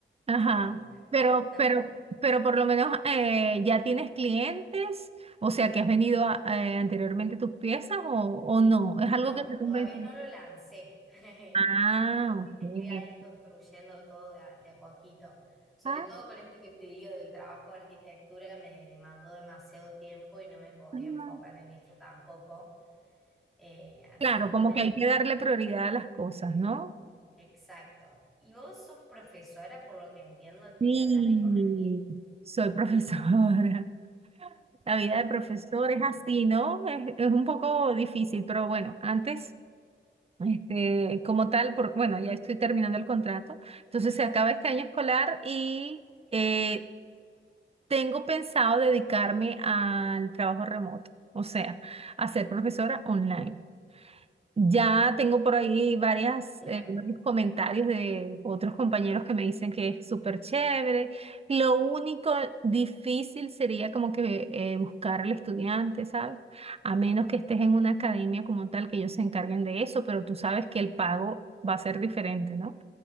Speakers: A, on the right; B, in the centre.
A: Ajá,
B: que
A: pero,
B: arrebatarme.
A: pero, pero por lo menos eh, ya tienes clientes, o sea, que has vendido a- eh, anteriormente tus piezas o, o no, es
B: No,
A: algo que te convence.
B: todavía no lo lancé. <laughs> Así
A: Ah, ok.
B: que estoy ahí construyendo todo de a, de a poquito. Sobre
A: Ah,
B: todo con esto que te digo del trabajo de arquitectura, me demandó demasiado tiempo y no me podía
A: ah,
B: enfocar en esto tampoco. Eh, así
A: claro,
B: que
A: como
B: bueno,
A: que hay que darle prioridad a las cosas, ¿no?
B: exacto. Y vos sos profesora, por lo que entiendo que
A: Sí,
B: hablas de corregir.
A: soy profesora. <laughs> La vida de profesor
B: Qué lindo.
A: es así, ¿no? Es, es un poco difícil, pero bueno, antes Este, como tal, por, bueno, ya estoy terminando el contrato. Entonces se acaba este año escolar y eh, tengo pensado dedicarme al trabajo remoto, o sea, a ser profesora online. Ya tengo por ahí varias,
B: Claro,
A: eh, varios comentarios de otros compañeros que me dicen que es súper chévere. Lo único difícil sería como que eh, buscar al estudiante, ¿sabes? A menos que estés en una academia como tal que ellos se encarguen de eso, pero tú sabes que el pago va a ser diferente, ¿no?